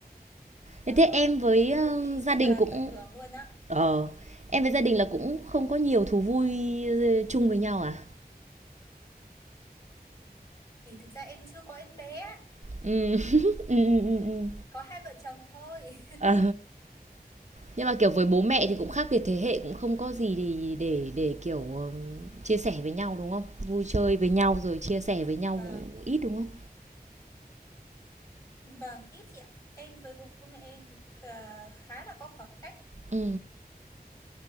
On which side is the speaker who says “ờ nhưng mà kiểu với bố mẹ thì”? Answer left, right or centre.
Right